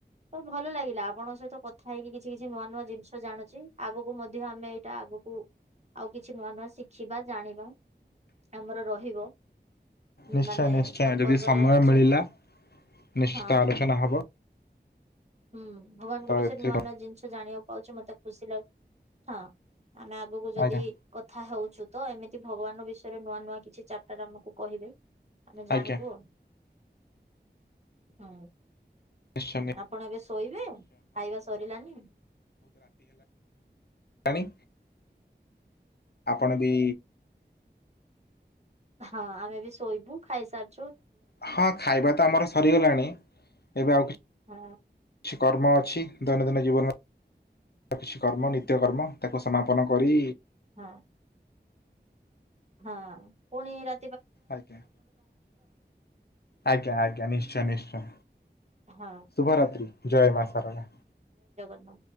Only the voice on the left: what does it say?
ନିଶ୍ଚୟ
ନିଶ୍ଚୟ
ଯଦି ସମୟ
ମିଳିଲା ନିଶ୍ଚିତ
ଆଲୋଚନା ହବ।
ତ
ଏଥିରେ
ଆଜ୍ଞା
ଆଜ୍ଞା
ନିଶ୍ଚ।
ଣି ଆପଣ ବି।
ହଁ ଖାଇବା ତ ଆମର ସରିଗଲାଣି ଏବେ ଆଉ କିଛି
କର୍ମ ଅଛି ଦୈନନ୍ଦିନ ଜୀବନ କିଛି କର୍ମ ନିତ୍ୟକ୍ମ ତାକୁ ସମାପନ କରି
ଆଜଞା ଆଜ୍ଞା ଆଜ୍ଞା ନିଶ୍ଚୟ ନିଶ୍ଚୟ
ଶୁଭ ରାାତି ଜୟ ମାାତାର